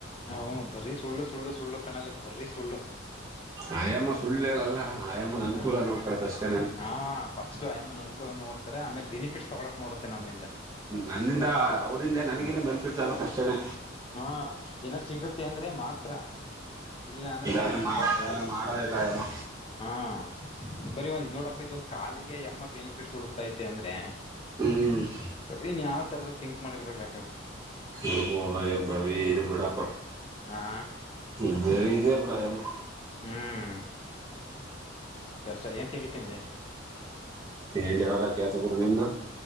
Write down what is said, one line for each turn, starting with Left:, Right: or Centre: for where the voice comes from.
Left: ಹಾ ಬರೀ ಸುಳ್ಳು ಸುಳ್ಳು ಸುಳ್ಳು ಕಣಲೆ ಬರೀ ಸುಳ್ಳು.
Right: ಆಯಮ್ಮ ಸುಳ್ ಹೇಳಲ್ಲ ಆಯಮ್ಮನ್ ಅನ್ಕೂಲ
Left: ಹಾ
Right: ನೋಡ್ಕಳತ್ ಅಷ್ಟೇನೆನೆ.
Left: ಹಾ ಫಸ್ಟ್ ಆ ಯಮ್ಮನ್ ಅನುಕೂಲ ನೋಡ್ತಾರೆ ಆಮೇಲ್ ಬೆನಿಫಿಟ್ಸ್ ತಗೊಳಕ್ ನೋಡುತ್ತೆ ನಮ್ಮಿಂದ.
Right: ನನ್ನಿಂದ ಅವ್ರಂದೆ ನನಗೇನು
Left: ಹ್ಮ್
Right: ಬೆನಿಫಿಟ್ಸ್ ಆಬಕ್ ಅಷ್ಟೇನೆ.
Left: ಹಾ ಏನಾರ್ ಸಿಗುತ್ತೆ ಅಂದ್ರೆ ಮಾತ್ರ. ಇಲ್ಲ ಅಂದ್ರೆ
Right: ಇಲ್ಲಾಂದ್ರೆ
Left: ತಲೆ ಕೆಡಸ್ಕೊಳಕ್
Right: ಇಲ್ಲಾಂದ್ರೆ
Left: ಹೋಗಲ್ಲ
Right: ಮಾಡೋದಿಲ್ಲ ಆಯಮ್ಮ
Left: ಹಾ ಬರಿ ಒಂದು ನೋಡಪ್ಪ ಇದೊಂದ್ ಕಾಲಿಗೆ ಈ ಯಮ್ಮ ಬೆನಿಫಿಟ್ಸ್ ಹುಡುಕ್ತೈತೆ ಅಂದ್ರೆ
Right: ಹ್ಮ್
Left: ಇನ್ ಯಾವ ತರದಲ್ ತಿಂಕ್ ಮಾಡಿರ್ಬೇಕು ಲೆಕ್ಕ ಹಾಕು.
Right: ಏಯ್ ಹೊ ಯ ಬರೀ ಇದು ಬಿಡಪ್ಪ.
Left: ಹಾ
Right: ಇದ್ ಬರೀ ಇದೆ ಬಿಡ್ ಆ ಯಮ್ಮ.
Left: ಹ್ಮ್ ಕಷ್ಟ ಏನ್ ತಿಂಡಿ ತಿಂದೆ.
Right: ತಿಂಡ ಯಾವೆಲ್ಲ ಕೇಳ್ತ ಗುರು ನಿಮ್ದು